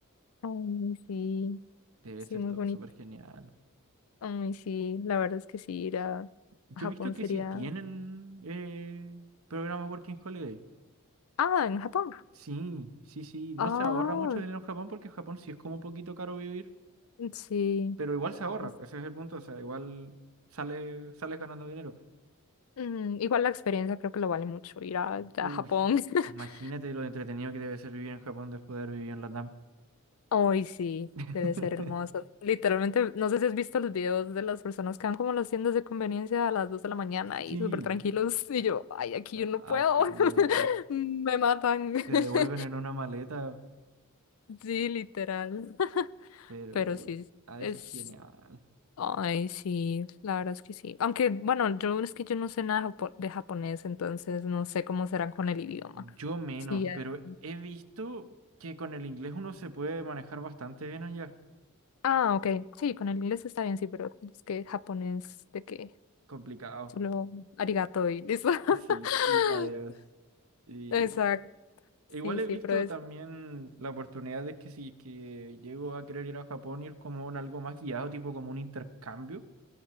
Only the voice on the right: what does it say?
Debe
ser
todo
súper genial.
Yo
he visto que
sí tienen eh, programas Working Holiday.
Sí, sí, sí. No
se ahorra mucho dinero en Japón porque en Japón sí es como un poquito caro vivir,
pero igual se ahorra.
Ese es el punto. O sea, igual sale, sales ganando dinero.
Uy,
imagínate lo entretenido que debe ser vivir en Japón después de haber vivido en Latam.
<laughs>
Sí,
no,
acá no.
Te devuelven en una maleta,
pero
ha
de ser genial.
Yo menos,
pero he visto que con el inglés uno se puede manejar bastante bien allá.
Complicado.
Sí, y adiós. Y
igual
he
visto
también la oportunidad de que si es que llego a querer ir a Japón, ir como en algo más guiado, tipo como un intercambio